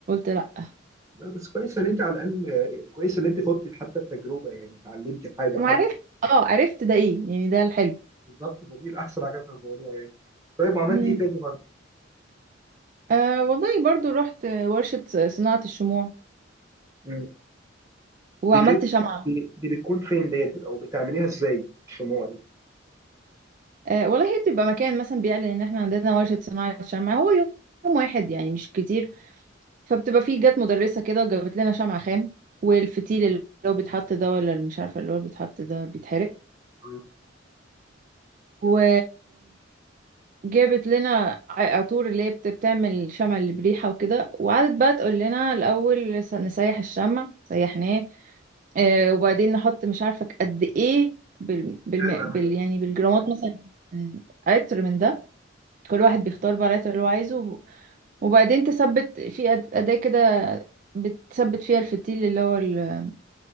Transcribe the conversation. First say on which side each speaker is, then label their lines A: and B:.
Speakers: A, on the right (about 40°); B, on the right (about 15°).
A: لا
B: لا بس كويس ان انت على الاقل كويس ان انت خضتي حتى التجربه يعني اتعلمتي حاجه
A: ما
B: حتى
A: عرفت اه عرفت ده ايه يعني ده الحلو
B: بالظبط ما دي الاحسن حاجه في الموضوع يعني طيب وعملت
A: مم.
B: ايه تاني برضه؟
A: آه والله برضو رحت ورشة صناعة الشموع
B: مم.
A: وعملت
B: دي فين؟
A: شمعة
B: دي, دي بتكون فين ديت او بتعمليها ازاي الشموع دي؟
A: آه والله هي بتبقى مكان مثلا بيعلن ان احنا عندنا ورشة صناعة شمعة هو يوم واحد يعني مش كتير فبتبقى فيه جت مدرسة كده وجابت لنا شمعة خام والفتيل اللي هو بيتحط ده ولا اللي مش عارفة اللي هو بيتحط ده بيتحرق
B: آه.
A: و جابت لنا ع- عطور اللي هي بت- بتعمل شمع اللي بريحة وكده وقعدت بقى تقول لنا الأول س- نسيح الشمع سيحناه آه وبعدين نحط مش عارفة قد ايه بال... بالم...
B: حلو العمل
A: بال...
B: ده
A: يعني بالجرامات مثلا آه، عطر من ده كل واحد بيختار بقى العطر اللي هو عايزه وب- وبعدين تثبت في أد- أداة كده بتثبت فيها الفتيل اللي هو ال...